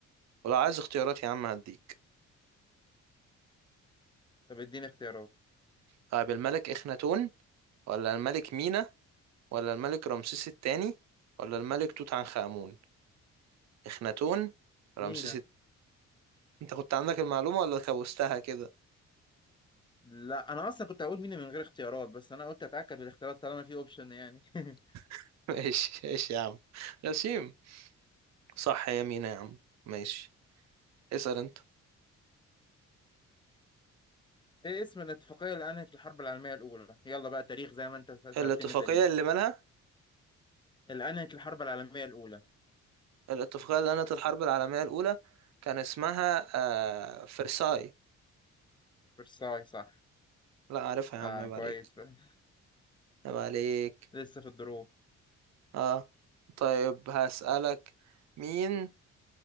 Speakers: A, on the right; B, on the left.
A: ولو عايز اختيارات يا عم هديك
B: طب إديني اختيارات
A: طيب الملك إخناتون ولا الملك مينا ولا الملك رمسيس الثاني ولا الملك توت عنخ آمون إخناتون رمسيس
B: مينا
A: الت... أنت كنت عندك المعلومة ولا كوستها كده
B: لا انا اصلا كنت هقول مينا من غير اختيارات بس انا قلت اتاكد بالاختيارات طالما في اوبشن يعني <laughs>
A: <laughs> ماشي ماشي يا عم غسيم صح يا مينا يا عم ماشي اسأل أنت
B: ايه اسم الاتفاقيه اللي انهت الحرب العالميه الاولى يلا بقى تاريخ زي ما انت س- سالتني
A: الاتفاقية
B: تاريخ
A: اللي مالها
B: اللي انهت الحرب العالميه الاولى
A: الاتفاقية اللي أنهت الحرب العالمية الأولى كان اسمها آه فرساي
B: فرساي صح
A: لا عارفها يا
B: اه
A: عم عيب
B: كويس
A: عليك
B: بقى
A: عيب عليك
B: لسه في الدروب
A: اه طيب هسألك مين